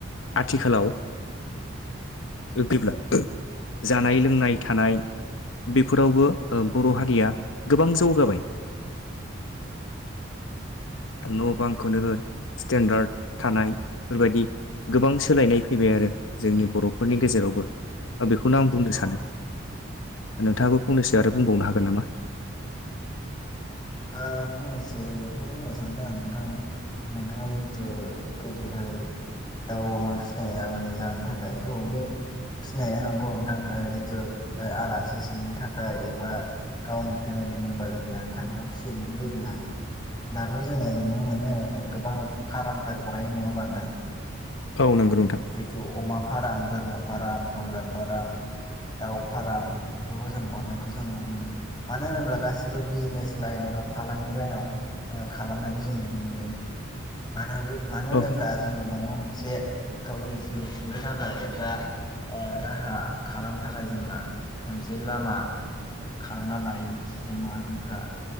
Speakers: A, on the left (about 75°); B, on the left (about 20°).
A: आथिखालाव <unintelligible> गेब्ला जानाय लोंनाय थानाय बेफोरावबो ओ बर' हारिया गोबां जौगाबाय। न' बांखौनो होन स्टेन्डार्ड थानाय बेफोरबायदि गोबां सोलायनाय फैबाय आरो जोंनि बर'फोरनि गेजेरावबो। बेखौनो आं बुंनो
B: औ
A: सानो नोंथाङाबो फंनैसो आरो बुंबावनो हागोन नामा?
B: ओ फंनैसो बेखौ बुंनो सानदों नोंथां। नोंथां जों गोदोहाय दाउ अमा फिनाया माने जानो थाखाय औ बे फिनाया नंगौ नोंथां जितु ओ आलासि सोंनो थाखाय एबा गावनि फेमिलि मेम्बारजों जानो थाखायबा फिसियोमोन गोदोहाय। दाथ' जोङो नुनो मोनो ओ गोबां फार्मफोर बानाय नङा होनोमबा नोंथां।
A: औ नंगौ नोंथां।
B: जितु अमा फार्म बोरमा फार्म ब्रयलार फार्म दाउ फार्म बेफोरखौ जों बननायखौ जों नुनो मोनो। मानो होनोब्ला गासिबो बिजनेस लाइन एबा फालांगि लाइनाव ओ खालामनायखौ जों नुनो मोन्दों मानो मानो होनोब्ला
A: औ
B: जोङो माबा मोनसे गावनि जिउ खुंनो थाखाय एबा ओ राहा खालामनो थाखाय जोंना मोनसे लामा खालामना लायो सुबुं माहारिफोरा्।